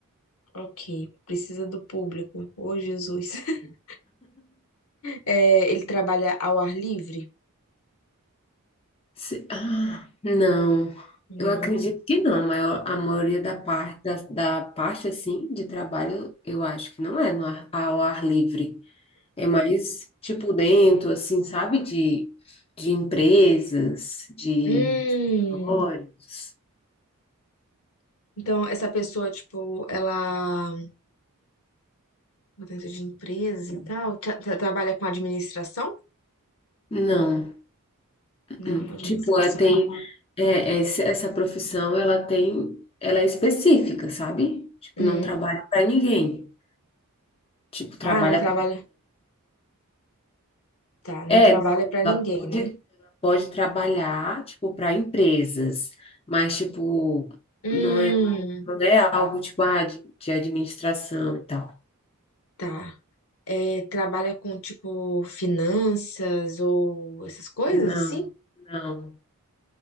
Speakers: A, on the left (about 65°); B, on the left (about 25°).
A: Ok, precisa do público. Ô, Jesus. <laughs> É, ele trabalha ao ar livre?
B: Se- ah, não,
A: Não.
B: eu acredito que não, mas eu- a maioria da parte, da, da parte, assim, de trabalho, eu acho que não é no ar, ao ar livre. É mais, tipo, dentro, assim, sabe? De, de empresas, de
A: Hum,
B: escritórios.
A: então essa pessoa, tipo, ela mudança de empresa e tal, tra- tra- trabalha com administração?
B: Não.
A: Não,
B: hum,
A: administração.
B: Tipo, é, tem...
A: não.
B: É, esse- essa profissão, ela tem... Ela é específica, sabe? Tipo,
A: Hum.
B: não trabalha para ninguém. Tipo, trabalha
A: Ah, não trabalha.
B: para...
A: Tá, não
B: É,
A: trabalha pra ninguém,
B: ela pode,
A: né?
B: ela pode trabalhar, tipo, para empresas, mas, tipo,
A: Hum,
B: não é, não é algo, tipo, ah, de, de administração e tal.
A: tá. É, trabalha com tipo finanças ou essas coisas
B: Não,
A: assim?
B: não.